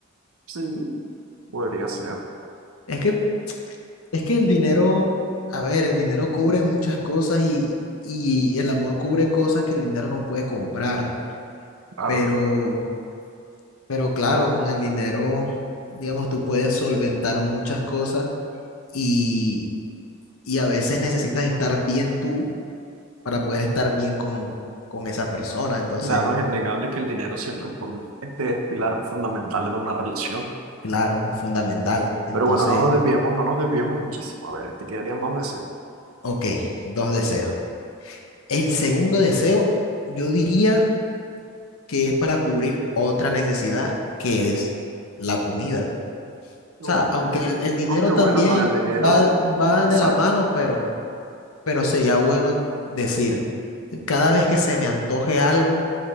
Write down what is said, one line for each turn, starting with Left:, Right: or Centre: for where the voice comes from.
Right: Sí, podría ser,
Left: Es que, es que el dinero, a ver, el dinero cubre muchas cosas y, y el amor cubre cosas que el dinero no puede comprar,
Right: claro.
Left: pero... Pero claro, con el dinero, digamos, tú puedes solventar muchas cosas y, y a veces necesitas estar bien tú para poder estar bien con, con esa persona. Entonces,
Right: Claro, es innegable que el dinero siempre es un- este es pilar fundamental en una relación.
Left: claro, es fundamental. Entonces,
Right: Pero bueno, no nos desviemos, no nos desviemos muchísimo. A ver, te quedarían dos deseos.
Left: ok, dos deseos. El segundo deseo, yo diría que es para cubrir otra necesidad, que es la comida.
Right: Ok.
Left: O sea, aunque el, el dinero
Right: Aunque bueno,
Left: también
Right: con el dinero,
Left: va, va
Right: exacto.
Left: de la mano, pero... pero sería bueno decir, cada vez que se me antoje algo,